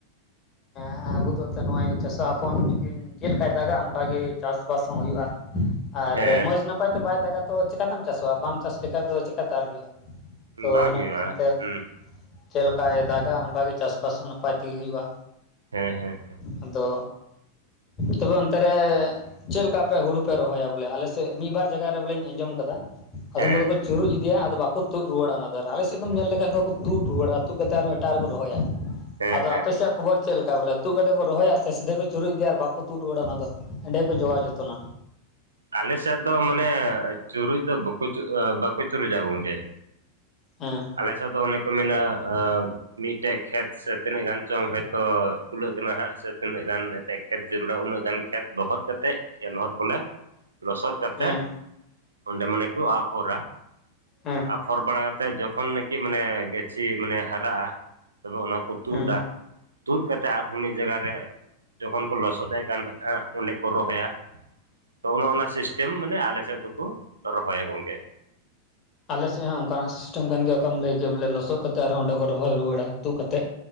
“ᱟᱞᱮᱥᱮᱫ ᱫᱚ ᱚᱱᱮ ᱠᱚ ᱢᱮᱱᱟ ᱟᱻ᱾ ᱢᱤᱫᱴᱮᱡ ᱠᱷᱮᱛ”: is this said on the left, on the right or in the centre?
Right